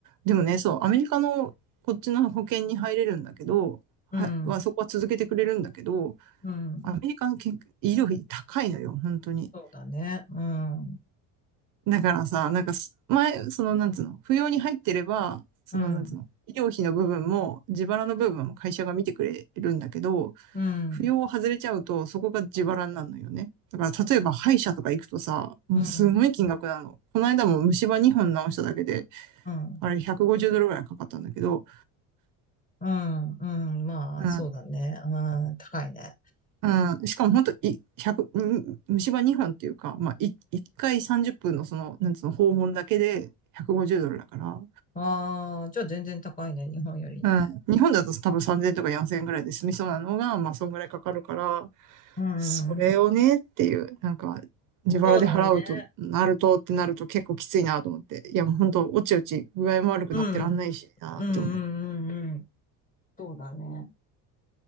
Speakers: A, on the right; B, on the left.
A: でもね、そう、アメリカのこっちの保険に入れるんだけど、
B: うん。
A: は、はそこは続けてくれるんだけど、
B: うん
A: アメリカの健医療費高いのよ、本当に。
B: そうだね。うん。
A: だからさ、なんかす、前、その、なんつうの、扶養に入ってれば、その、
B: うん。
A: なんつうの、医療費の部分も、自腹の部分も会社が見てくれるんだけど、
B: うん。
A: 扶養を外れちゃうと、そこが自腹になるのよね。
B: あ、そっか。
A: だから、例えば歯医者とか行くとさ、もうすごい金額なの。
B: うん。うん。
A: この間も虫歯2本直しただけで、
B: うん。
A: あれ150ドルぐらいかかったんだけど、
B: うん。うんまあ、
A: うん、
B: そうだね。うん。高いね。
A: うん、しかも本当い、百虫歯2本っていうか、まあ、1回30分のその、なんつうの、訪問だけで150ドルだから、
B: ああ、じゃあ全然高いね、日本よりね。
A: うん。日本だと多分3000とか4000ぐらいで済みそうなのが、まあそんぐらいかかるから、
B: うん。
A: それをねっていう、なんか自腹で払うとなるとってなると結構きついなと思って。
B: そうだね。
A: いやもう本当おちおち具合も悪くなってらんないしなって思う。
B: うん。うんうんうんうん。そうだね。